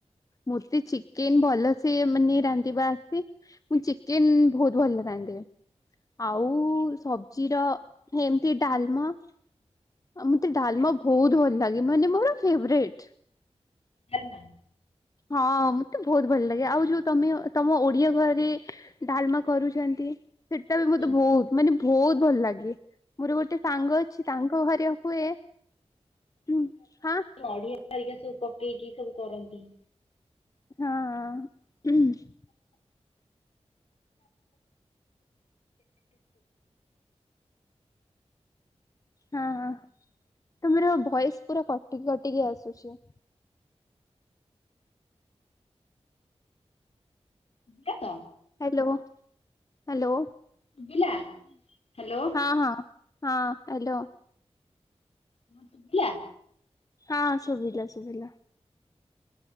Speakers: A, on the left; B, on the left.
A: ମତେ ଚିକେନ ଭଲ ସେ ମାନେ ରାନ୍ଧିବା ଆସେ ମୁଁ ଚିକେନ ବହୁତ ଭଲ ଲଥାନ୍ତେ ଆଉ ସବୁ ଜିର ଏମିତି ଡାଲମା ଆଉ ମତେ ଡାଲମା ବହୁତ ଭଲ ଲାଗେ ମାନେ ମୋର ଫେଭରେଟ।
B: କାଲ୍ନା
A: ହଁ ମତେ ବହୁତ ଭଲ ଲାଗେ ଆଉ ଯୋଉ ତମେ ତମ ଓଡିଆ ଘରେ ଡାଲମା କରୁଛନ୍ତି ସେଟା ବି ମତେ
B: ହଁ
A: ବହୁତ ମାନେ ବହୁତ ଭଲ ଲାଗେ ମୋର ଗୋଟେ ସାଙ୍ଗ ଅଛି ତାଙ୍ଗ ଘର ହୁଏ ଉଁ ହାଁ
B: ନଢିଆ ରିକା ସବୁ ପକେଇକି ସବୁ କରନ୍ତି଼।
A: ହଁ ଉହୁଁ ହଁ ହଁ ତୁମର ଭ‌ଏସ୍ ପୁରା କଟି କଟିକି ଆସୁଛି।
B: କାତ
A: ହାଲୋ ହାଲୋ।
B: ବିଲା ହାଲୋ।
A: ହଁ ହଁ ହଁ ହାଲୋ।
B: ହଁ ସୁଭିଲା।
A: ହଁ ଶୁଭିଲା ଶୁଭିଲା।